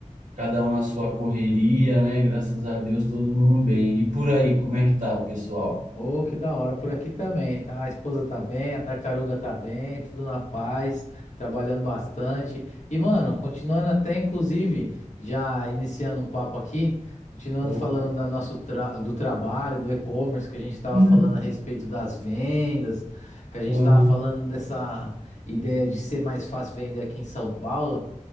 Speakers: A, on the right; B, on the left.
A: cada um na sua correria, né? Graças a Deus, todo mundo bem. E por aí, como é que tá o pessoal?
B: Ô, que da hora, por aqui também, tá? A esposa tá bem, a tartaruga tá bem, tudo na paz, trabalhando bastante. E, mano, continuando até, inclusive, já iniciando um papo aqui, continuando
A: Opa.
B: falando da nosso tra- do trabalho, do e-commerce, que a gente tava
A: Hum.
B: falando a respeito das vendas, que a gente
A: Uhum.
B: tava falando dessa ideia de ser mais fácil vender aqui em São Paulo.